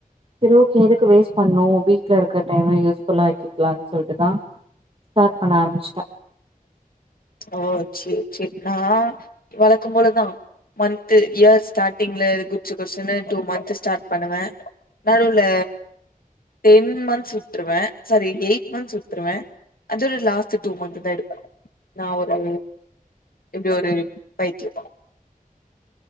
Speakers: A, on the right (about 40°); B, on the left (about 80°).
A: சேரி ஓக்கே எதுக்கு வேஸ் பண்ணூ வீட்ல இருக்க டைம் யூஸ்ஃபுல்லா ஆக்கிக்கலானு சொல்ட்டுதா ஸ்டாட் பண்ண ஆரமிச்ட்டே
B: ஓ சேரி சேரி நா வழக்கம் போலதா மந்த்து இயர் ஸ்டாட்டிங்க்ல குட்ஸு குட்ஸுசுன்னு டூ மந்த்து ஸ்டார்ட் பண்ணுவே நடுவுல டென் மந்த்ஸ் விட்ருரவே சாரி எயிட் மந்த்ஸ் விட்ருவே அதோட லாஸ்ட்டு டூ மந்த் தா எடுப்ப நா ஒரு இப்டி ஒரு பயிற்சி